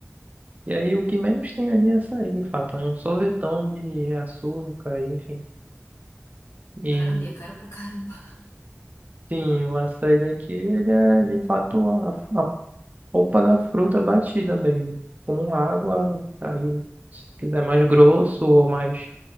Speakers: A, on the right; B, on the left.
A: E aí o que menos tem ali é açaí, de fato. É um sorvetão de açúcar, enfim. E
B: Caramba, e é caro pra caramba. <laughs>
A: sim, o açaí daqui, ele é de fato a, a polpa da fruta batida mesmo. Com água, aí se quiser mais grosso ou mais,